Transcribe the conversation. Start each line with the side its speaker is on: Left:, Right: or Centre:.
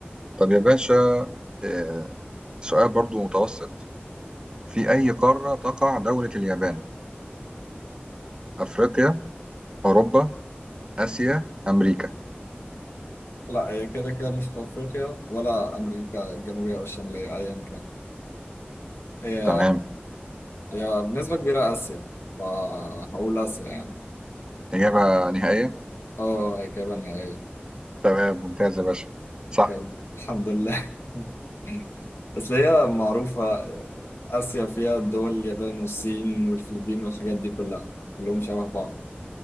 Right: طب يا باشا آه، سؤال برضو متوسط في أي قارة تقع دولة اليابان؟ أفريقيا أوروبا آسيا أمريكا
Left: لا هي كده كده مش في أفريقيا ولا أمريكا الجنوبية أو الشمالية أيا كان هي
Right: تمام
Left: هي بنسبة كبيرة آسيا فهقول آسيا يعني
Right: إجابة نهائية
Left: اه جبنها ايوه
Right: تمام ممتاز يا باشا صح
Left: طب الحمد لله <laughs> بس هي معروفة آه، آسيا فيها دول اليابان والصين والفلبين والحاجات دي كلها كلهم شبه بعض